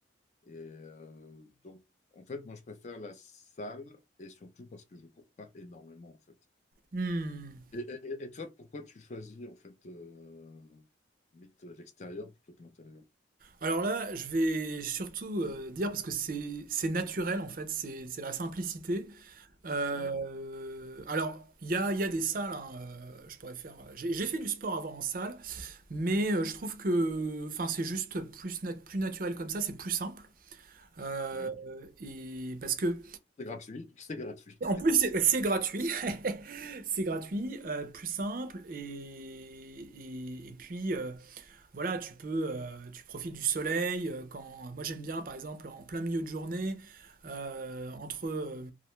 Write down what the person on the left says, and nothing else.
et euh, donc en fait moi je préfère la salle et surtout parce que je cours pas énormément en fait.
Et, et- et toi pourquoi tu choisis en fait euh, limite l'extérieur plutôt que l'intérieur?
Oui,
oui.
C'est gratuit, <laughs> c'est gratuit
aussi.